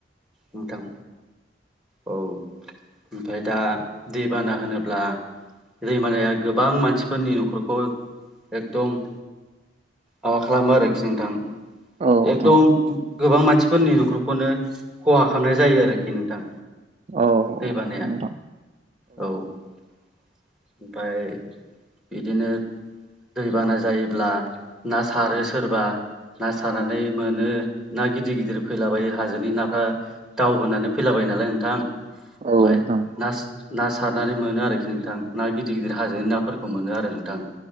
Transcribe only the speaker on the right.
औ नोंथां
औ
नोंथां
औ नोंथां